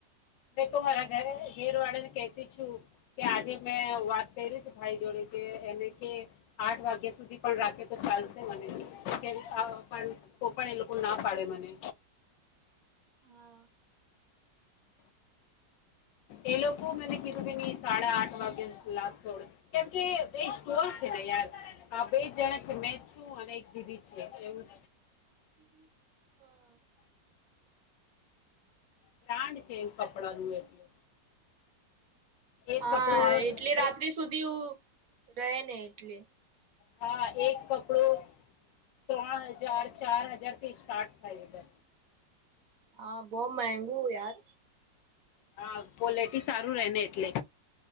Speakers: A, on the left; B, on the right.
A: મે તો મારા ઘરે ઘેર વાળા ને કહતી છું કે આજે મેં વાત કરી છું ભાઈ જોડે કે એને કે આઠ વાગ્યા સુધી પણ રાખે તો ચાલશે મને પણ કો પણ એ લોકો ના પાડે મને
B: હા
A: એ લોકો મને કીધું કે સાડા આઠ વાગે ખુલાસ છોડે કેમકે બે સ્ટોર છે ને યાર આ બે જણા છે મેં છું અને એક દીદી છે એવું
B: <inaudible>
A: બ્રાન્ડ છે કપડા નું એટલે એક
B: હા
A: કપડો
B: એટલે રાત્રિ
A: એ-
B: સુધી રહે ને એટલે
A: હા એક કકડું ત્રણ હજાર ચાર હજાર થી સ્ટાર્ટ થાય છે.
B: હા બો મેગું યાર
A: હા કોલેટી સારું રે ને એટલે